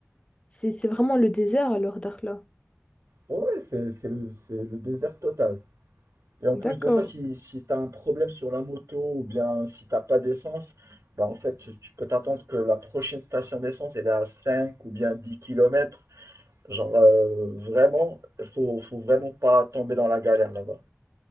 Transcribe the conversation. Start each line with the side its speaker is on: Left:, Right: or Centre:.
Left: c'est- c'est vraiment le désert alors, Dakhla.
Right: Ouais, c'est c'est le, c'est le désert total. Et en
Left: D'accord,
Right: plus de ça, si, si tu as un problème sur la moto ou bien si t'as pas d'essence, bah en fait, tu peux t'attendre que la prochaine station d'essence, elle est à 5 ou bien 10 kilomètres. Genre, euh, vraiment, il faut, faut vraiment pas tomber dans la galère là-bas.